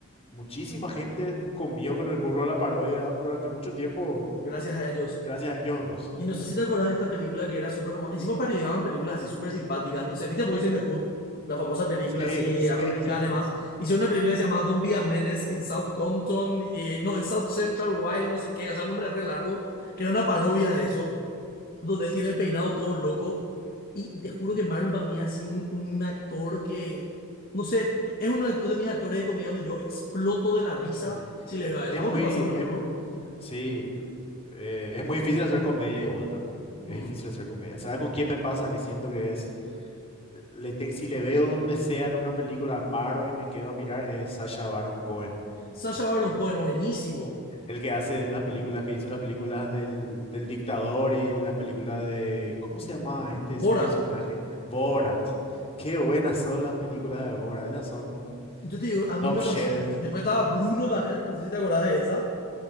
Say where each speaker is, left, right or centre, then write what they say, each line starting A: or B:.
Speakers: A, on the left (about 30°); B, on the left (about 45°).
A: muchísima gente comió con el curro de la parodia durante mucho tiempo,
B: gracias a ellos.
A: gracias a ellos dos.
B: Y no sé si te acordás de esta película que era súper famosa. Encima parodiaban películas así súper simpáticas. No sé, ¿viste Boys in the Hood? La famosa película
A: Sí, <laughs>
B: así
A: sí,
B: eh, afroamericana
A: sí, sí.
B: y más. Hicieron una película que se llamaba Don't Be a Menace in South Compton. eh, no, en South Central Wild, no sé qué. O sea, un nombre re largo. Que era una parodia de eso. Donde él tiene el peinado todo loco. Y, y te juro que Marlon para mí ha sido un, un actor que... No sé, es uno de de mis actores de comedia donde yo exploto de la risa
A: Sí.
B: si le
A: E-
B: veo a él.
A: Es,
B: ¿A vos
A: muy,
B: te pasa con alguno?
A: em- sí, eh, es muy difícil hacer comedia igual también. Es
B: Mm.
A: difícil hacer comedia. ¿Sabes con quién me pasa? Que siento que es, eh, le te- si le veo donde sea en una película, paro y me quedo a mirar, es Sacha Baron Cohen.
B: Sacha Baron Cohen, buenísimo.
A: El que hace las películas, que hizo las películas del, del dictador y las películas de, ¿cómo se llamaba este su
B: Borat,
A: personaje? Borat. Qué buenas son las películas de Borat. Esas son
B: Yo te digo, a mí
A: top
B: me
A: shelf.
B: pasó. Después estaba Bruno también, no sé si te acordás de esa,